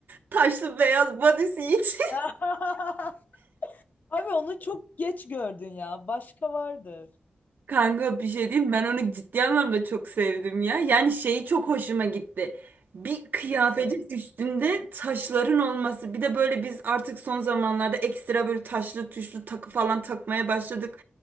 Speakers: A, on the right; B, on the left.
A: Taşlı beyaz bodysuit.
B: <laughs> Abi onu çok geç gördün ya. Başka vardır.
A: <laughs> Kanka bir şey diyeyim ben onu ciddi anlamda çok sevdim ya. Yani şeyi çok hoşuma gitti. Bir kıyafetin
B: Yap-
A: üstünde taşların olması. Bir de böyle biz artık son zamanlarda ekstra böyle taşlı tuşlu takı falan takmaya başladık.